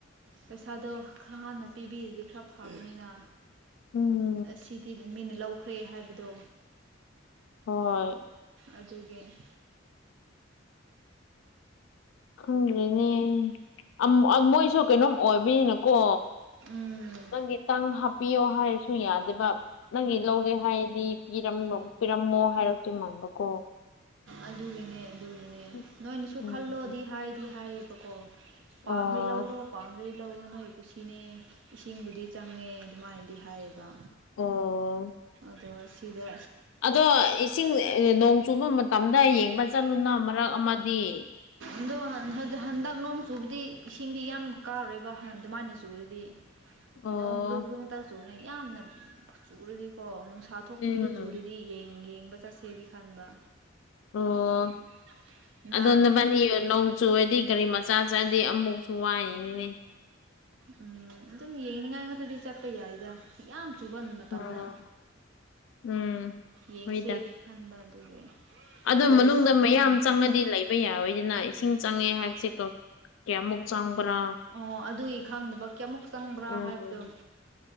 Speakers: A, on the right; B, on the left.
A: ꯄꯩꯁꯥꯗꯣ ꯈꯔ ꯍꯥꯟꯅ ꯄꯤꯕꯤꯔꯗꯤ ꯈꯔ ꯐꯥꯒꯅꯤꯅ
B: ꯎꯝ
A: ꯑꯁꯤꯗꯤ ꯃꯤꯅ ꯂꯧꯈ꯭ꯔꯦ ꯍꯥꯏꯕꯗꯣ
B: ꯍꯣꯏ
A: ꯑꯗꯨꯒꯤ <unintelligible>
B: ꯈꯪꯗ꯭ꯔꯦꯅꯦ ꯑꯝ ꯎꯝ ꯃꯣꯏꯁꯨ ꯀꯩꯅꯣꯝ ꯑꯣꯏꯕꯅꯤꯅꯀꯣ
A: ꯎꯝ
B: ꯅꯪꯒꯤꯇꯪ ꯍꯥꯞꯄꯤꯌꯣ ꯍꯥꯏꯔꯁꯨ ꯁꯨ ꯌꯥꯗꯦꯕ ꯅꯪꯒꯤ ꯂꯧꯒꯦ ꯍꯥꯏꯗꯤ ꯄꯤꯔꯝ ꯄꯤꯔꯝꯃꯣ ꯍꯥꯏꯔꯛꯇꯣꯏ ꯃꯥꯟꯕ ꯀꯣ
A: ꯑꯗꯨꯒꯤꯅꯦ ꯑꯗꯨꯒꯤꯅꯦ
B: ꯎꯝ
A: ꯅꯣꯏꯅꯁꯨ
B: ꯎꯝ
A: ꯈꯜꯂꯣꯗꯤ ꯍꯥꯏꯗꯤ ꯍꯥꯏꯌꯦꯕꯀꯣ
B: ꯑꯣ
A: ꯄꯥꯝꯔꯤ ꯂꯧꯔꯣ ꯄꯝꯗꯔ꯭ꯦ ꯂꯧꯔꯣ ꯅꯣꯏ ꯀꯨꯁꯤꯅꯦ ꯏꯁꯤꯡꯕꯨꯗꯤ ꯆꯪꯉꯦ ꯑꯗꯨꯃꯥꯏꯅꯗꯤ ꯍꯥꯏꯌꯦ ꯕ
B: ꯑꯣ
A: ꯑꯗꯣ ꯑꯁꯤꯗ
B: ꯑꯗꯣ ꯏꯁꯤꯡ ꯅꯣꯡ ꯆꯨꯕ ꯃꯇꯝꯗ ꯌꯦꯡꯕ ꯆꯠꯂꯨꯅ ꯃꯔꯛ ꯑꯃꯗꯤ
A: ꯑꯗꯣ ꯍꯟ ꯍꯟ ꯍꯟꯗꯛ ꯅꯣꯡ ꯆꯨꯕꯗꯤ ꯏꯁꯤꯡꯗꯤ ꯌꯥꯝ ꯀꯥꯔꯣꯏꯕ ꯑꯗꯨꯃꯥꯏꯅ ꯆꯨꯔꯗꯤ
B: ꯑꯣ
A: ꯅꯣꯡ ꯕ꯭ꯔꯨ ꯕ꯭ꯔꯨ ꯉꯛꯇ ꯆꯨꯔꯅꯦ ꯌꯥꯝꯅ ꯆꯨꯔꯗꯤꯀꯣ ꯅꯨꯡꯁꯥ ꯊꯣꯛꯇꯕꯤꯗ
B: ꯎꯝ
A: ꯆꯨꯔꯗꯤ ꯌꯦꯡ ꯌꯦꯡꯕ ꯆꯠꯁꯦꯗꯤ ꯈꯟꯕ
B: ꯑꯣ
A: ꯎꯝ ꯅꯍꯥꯟꯗꯤ
B: ꯑꯗꯣ ꯅꯕꯥꯅꯤ ꯅꯣꯡ ꯆꯨꯨꯔꯗꯤ ꯒꯥꯔꯤ ꯃꯆꯥ ꯆꯥꯠꯂꯗꯤ ꯑꯃꯨꯛꯁꯨ ꯋꯥꯏꯅꯤꯅꯦ
A: ꯎꯝ ꯑꯗꯨꯝ ꯌꯦꯡꯅꯤꯉꯥꯏ ꯉꯥꯛꯇꯗꯤ ꯆꯠꯄ ꯌꯥꯏꯗ ꯌꯥꯝ ꯆꯨꯕ ꯃꯇꯝꯗ
B: ꯎꯝ ꯎꯝ
A: ꯌꯦꯡꯁꯦꯗꯤ
B: ꯍꯣꯏꯗ
A: ꯈꯟꯕ ꯑꯗꯨꯒꯤ
B: ꯑꯗꯣ
A: ꯂꯩꯁꯤ
B: ꯃꯅꯨꯡꯗ ꯃꯌꯥꯝ
A: ꯎꯝ
B: ꯆꯪꯉꯗꯤ ꯂꯩꯕ ꯌꯥꯔꯣꯏꯗꯅ ꯏꯁꯤꯡ ꯆꯪꯉꯦ ꯍꯥꯏꯕꯁꯦ ꯀꯣ ꯀꯌꯥꯃꯨꯛ ꯆꯪꯕꯔ꯭ꯥ
A: ꯑꯣ ꯑꯗꯨꯒꯤ ꯈꯪꯗꯕ ꯀꯌꯥꯃꯨꯛ ꯆꯪꯕ꯭ꯔꯥ
B: ꯎꯝ
A: ꯍꯥꯏꯕꯗꯣ